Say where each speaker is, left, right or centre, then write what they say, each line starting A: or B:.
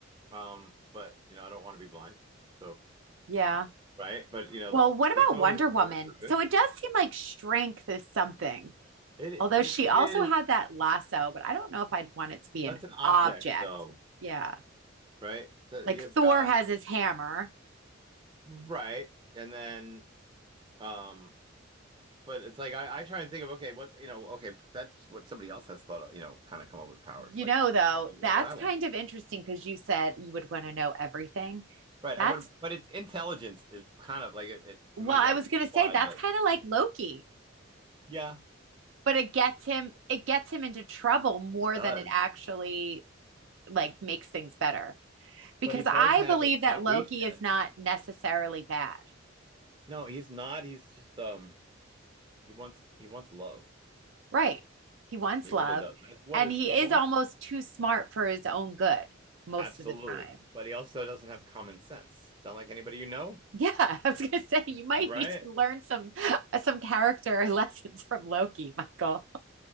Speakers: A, on the right; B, on the right.
A: um, but you know, I don't want to be blind, so.
B: Yeah.
A: right? But you know,
B: Well, what about
A: he's always
B: Wonder Woman?
A: worked for good.
B: So it does seem like strength is something
A: It it
B: Although she also
A: is
B: had that lasso, but I don't know if I'd want it to be
A: that's
B: an
A: an object
B: object.
A: though,
B: Yeah.
A: right? So
B: Like
A: you've
B: Thor
A: got
B: has his hammer.
A: right, and then um, but it's like I, I try and think of okay, what you know, okay, that's what somebody else has thought of, you know, kind of come up with powers.
B: You
A: Like
B: know, though,
A: what
B: that's
A: would I want?
B: kind of interesting because you said you would want to know everything.
A: Right.
B: That's,
A: I would but it's intelligence is kind of like it, it
B: well,
A: to me that
B: I was
A: was
B: going to
A: applied,
B: say that's
A: but
B: kind of like Loki,
A: Yeah.
B: but it gets him, it gets him into trouble more
A: <laughs> does.
B: than it actually like makes things better. Because
A: But he does
B: I
A: have
B: believe
A: a,
B: that
A: that
B: Loki
A: weakness.
B: is not necessarily bad.
A: No, he's not. He's just um he wants he wants love.
B: Right. He wants
A: He
B: love
A: really does. That's what
B: and
A: is
B: he
A: he wants.
B: is almost too smart for his own good most
A: Absolutely.
B: of the time.
A: But he also doesn't have common sense. Sound like anybody you know?
B: Yeah, <laughs> I was going to say you might
A: Right?
B: need to learn some uh, some character <laughs> lessons from Loki, Michael.